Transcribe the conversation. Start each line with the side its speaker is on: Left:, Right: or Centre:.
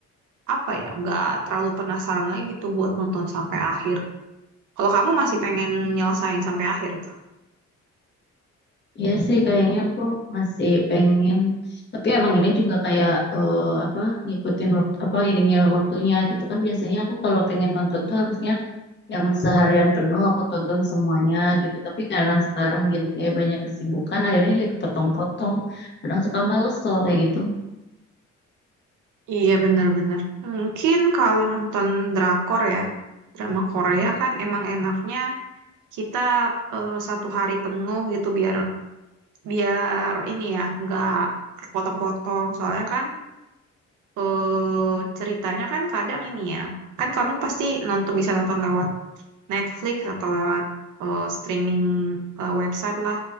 Right: apa ya, nggak terlalu penasaran lagi gitu buat nonton sampai akhir. Kalau kamu masih pengen nyelesain sampai akhir itu.
Left: Iya sih kayaknya aku masih pengen tapi emang ini juga kayak eh, apa ngikutin waktu apa ininya waktunya gitu kan biasanya aku kalau pengen nonton tuh harusnya yang seharian penuh aku tonton semuanya gitu tapi karena sekarang jadi kayak banyak kesibukan akhirnya jadi kepotong-potong kadang suka males kalau kayak gitu
Right: Iya bener-bener. Mungkin kalau nonton drakor ya, drama Korea kan emang enaknya kita eh, satu hari penuh gitu biar biar ini ya, nggak potong-potong. Soalnya kan eh ceritanya kan kadang ini ya, kan kamu pasti nonton bisa nonton lewat Netflix atau lewat eh, streaming eh, website lah.